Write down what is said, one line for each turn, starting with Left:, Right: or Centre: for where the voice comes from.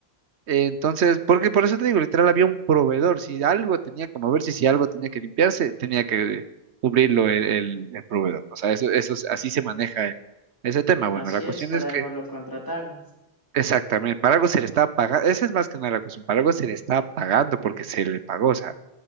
Right: Entonces, porque por eso te digo, literal, había un proveedor. Si algo tenía que moverse, si algo tenía que limpiarse, tenía que cubrirlo el, el- el proveedor. O sea, eso, eso, es- así se maneja el- ese tema.
Left: Así
Right: Bueno, la cuestión
Left: es, para
Right: es que,
Left: algo lo contrataron.
Right: exactamente, para algo se le está pagando, esa es más que nada la cuestión, para algo se le está pagando porque se le pagó, o sea,